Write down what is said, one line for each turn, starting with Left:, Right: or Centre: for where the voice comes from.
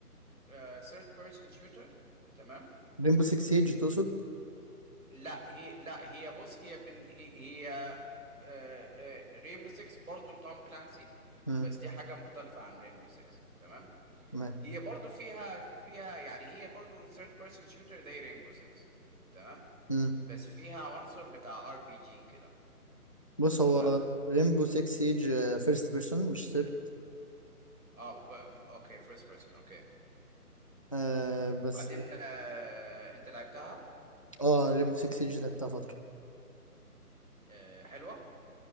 Right: آه... third person shooter تمام
Left: ريمبو 6 سيج تقصد
Right: لا هي لا هي بص هي من هي هي آه، آه، رينبو 6 برضو توم كلانسي
Left: امم
Right: بس دي حاجة مختلفة عن رينبو 6 تمام
Left: تمام
Right: هي برضو فيها فيها يعني هي برضو third person shooter زي رينبو 6 تمام
Left: امم
Right: بس فيها عنصر بتاع ار بي جي كده
Left: بص هو
Right: تمام
Left: ريمبو 6 سيج فيرست بيرسون مش سير
Right: اه ب... اوكي فيرست بيرسون اوكي
Left: آه بس
Right: وبعدين آه... انت لعبتها
Left: اه ريمبو 6 سيج لعبتها فترة
Right: آه... حلوة